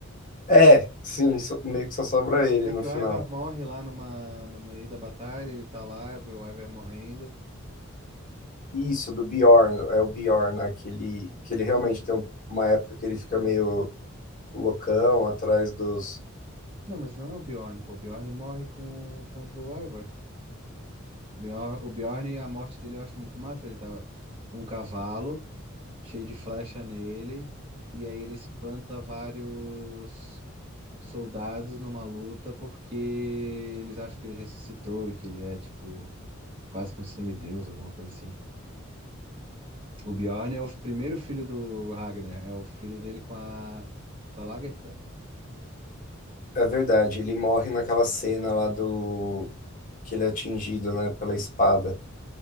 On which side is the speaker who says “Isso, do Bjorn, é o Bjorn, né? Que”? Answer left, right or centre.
Left